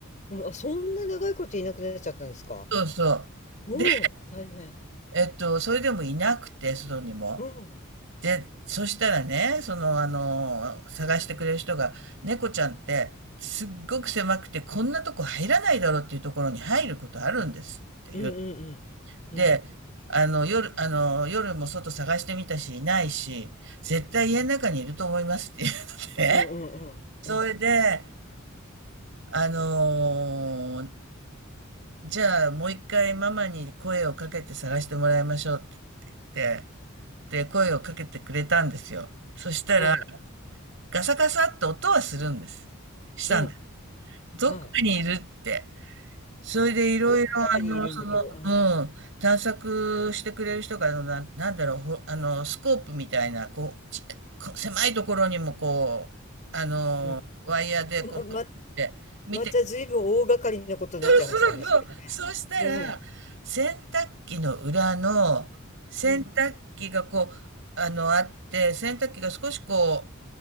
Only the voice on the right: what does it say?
そうそう。
で、
えっと、それでもいなくて、外にも。
で、そしたらね、その、あの、探してくれる人が、猫ちゃんって、すっごく狭くて、こんなとこ入らないだろうっていうところに入ることあるんですっていう。
で、あの、夜、あの、夜も外探してみたし、いないし、絶対家の中にいると思いますっていうので、
それで、
あのじゃあもう一回ママに声をかけて探してもらいましょうって言って、で、声をかけてくれたんですよ。そしたら、
ガサガサって音はするんです。したんです。
どっかにいるって。
それでいろいろ、
あの、その、
うん、探索してくれる人が、あの、なん、なんだろう、ほ、あの、スコープみたいな、こう、ち、こう狭いところにもこう、あの、
ワイヤーでこう、
見て、見て
<laughs> そうそうそう。
そうしたら、
洗濯機の裏の、洗濯機がこう、
あの、あって、洗濯機が少しこう、